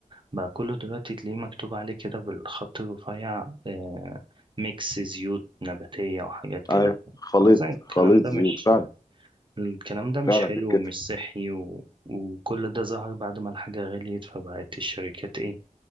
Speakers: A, on the right; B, on the left.
A: بقى كله دلوقتي تلاقيه مكتوب عليه كده بالخط الرفيع آه، ميكس زيوت نباتية وحاجات كده
B: ايوه خليط
A: أصلا الكلام
B: خليط
A: ده
B: زيوت
A: مش
B: فعلا
A: الكلام ده مش
B: فعلا
A: حلو
B: بالكتف
A: ومش صحي و... وكل ده ظهر بعد ما الحاجة غليت فبقت الشركات ايه